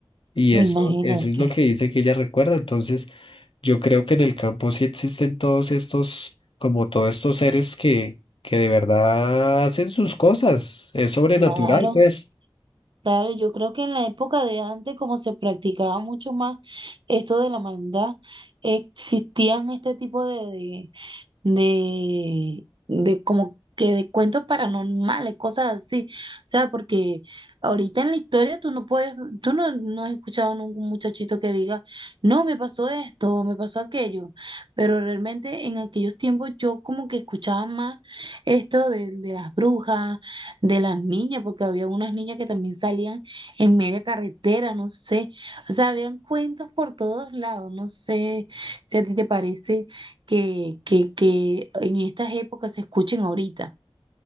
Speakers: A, on the left; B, on the right.
A: Y eso,
B: Imagínate.
A: eso es lo que dice que ella recuerda. Entonces, yo creo que en el campo sí existen todos estos, como todos estos seres que, que de verdad hacen sus cosas. Es sobrenatural,
B: Claro,
A: pues.
B: claro. Yo creo que en la época de antes, como se practicaba mucho más esto de la maldad, existían este tipo de, de de, de como que de cuentos paranormales, cosas así. O sea, porque ahorita en la historia tú no puedes, tú no, no has escuchado ningún muchachito que diga, no, me pasó esto, me pasó aquello. Pero realmente en aquellos tiempos yo como que escuchaba más esto de, de las brujas, de las niñas, porque había unas niñas que también salían en media carretera, no sé. O sea, habían cuentos por todos lados, no sé si a ti te parece que, que, que en estas épocas se escuchen ahorita.